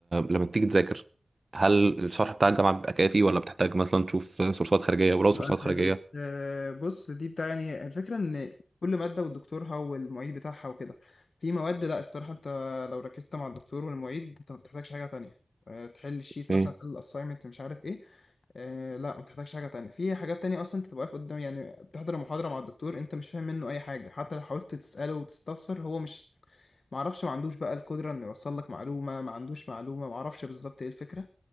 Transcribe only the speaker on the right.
لما بتيجي تذاكر هل الشرح بتاع الجامعه بيبقى كافي ولا بتحتاج مثلا تشوف سورسات خارجيه ولو سورسات
خارجيه
ايه